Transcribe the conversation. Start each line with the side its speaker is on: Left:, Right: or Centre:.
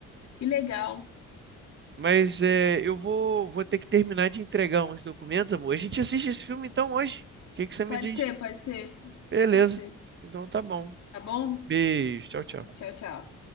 Left: Que legal!
Right: Mas é, eu vou, vou ter que terminar de entregar uns documentos, amor. A gente assiste esse filme então hoje. O que que você me
Left: Pode
Right: diz?
Left: ser, pode ser,
Right: Beleza.
Left: pode ser.
Right: Então tá bom.
Left: Tá bom?
Right: Beijo. Tchau, tchau.
Left: Tchau, tchau.